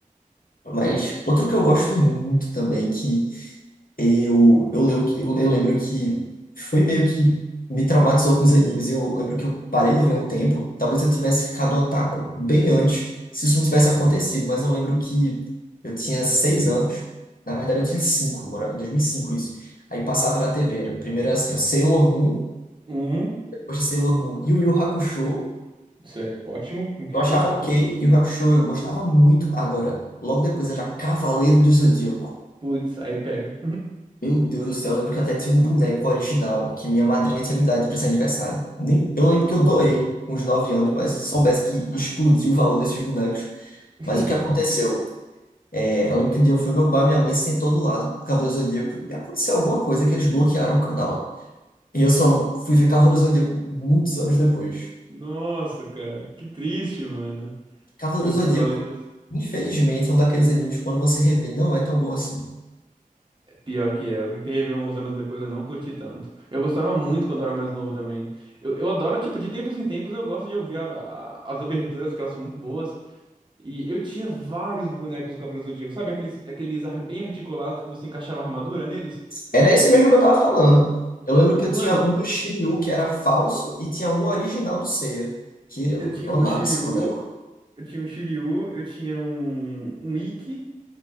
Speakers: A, on the left; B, on the right.
A: Mas outro que eu gosto muito também, que eu, eu, lembro, que- eu, eu lembro que foi meio que me traumatizou com os animes. Eu lembro que eu parei de ver um tempo. Talvez eu tivesse ficado otaku bem antes, se isso não tivesse acontecido. Mas eu lembro que eu tinha seis anos. Na verdade, eu tinha cinco, mora- 2005 isso. Aí passava na TV. era Primeiro assim, ó, Sailor Moon.
B: Hum,
A: Poxa, Sailor Moon. E o Yu Hakusho,
B: isso é ótimo, incrível.
A: eu achava ok. Yu Hakusho eu gostava muito. Agora, logo depois era Cavaleiro do Zodíaco.
B: Putz, aí pega.
A: Meu Deus do céu, eu lembro que eu até tinha um boneco original que minha madrinha tinha me dado de presente de aniversário. Nem, eu lembro que eu doei com uns 9 anos, mas se soubesse que explodiu o valor desses bonecos.
B: <laughs>
A: Mas o que aconteceu? É, eu lembro que um dia foi meu pai e minha mãe sentou do lado do Cavaleiro do Zodíaco e aconteceu alguma coisa que eles bloquearam o canal. E eu só fui ver Cavaleiro do Zodíaco muitos anos depois.
B: Nossa, cara, que triste, mano.
A: Cavaleiro
B: Pô,
A: do Zodíaco,
B: Cavaleiros.
A: infelizmente, é um daqueles animes que quando você revê, não é tão bom assim.
B: Pior que é, eu tentei rever uns anos depois, eu não curti tanto. Eu gostava muito quando eu era mais novo também. Eu, eu adoro, tipo, de tempos em tempos eu gosto de ouvir a- a- as aberturas, que elas são muito boas. E eu tinha vários bonecos do Cavaleiro do Zodíaco, sabe? Aqueles, aqueles ar- bem articulados que você encaixava a armadura neles.
A: Era esse mesmo que eu tava falando. Eu
B: Eu,
A: lembro
B: mano,
A: que eu tinha um do Shiryu que era falso e tinha um original do Seiya, que eu
B: eu tinha
A: amava
B: um do Shiryu,
A: esse boneco.
B: eu tinha um Shiryu, eu tinha um, um Ikki.